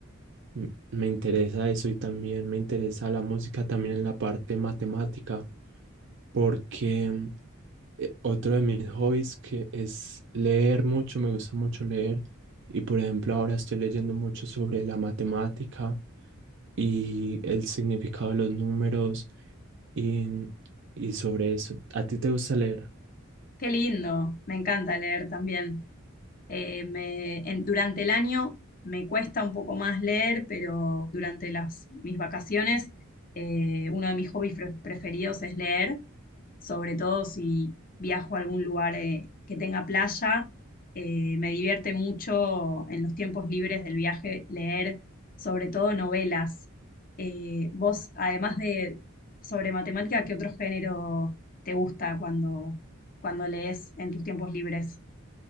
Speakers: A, on the right; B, on the left.
A: m- me interesa eso y también me interesa la música también en la parte matemática porque eh, otro de mis hobbies que es leer mucho, me gusta mucho leer y por ejemplo ahora estoy leyendo mucho sobre la matemática y el significado de los números y, y sobre eso. ¿A ti te gusta leer?
B: Qué lindo, me encanta leer también. Eh, me- en- durante el año me cuesta un poco más leer, pero durante las, mis vacaciones eh, uno de mis hobbies pre- preferidos es leer, sobre todo si viajo a algún lugar eh, que tenga playa. Eh, me divierte mucho en los tiempos libres del viaje leer, sobre todo novelas. Eh, vos, además de sobre matemática, ¿qué otro género te gusta cuando, cuando lees en tus tiempos libres?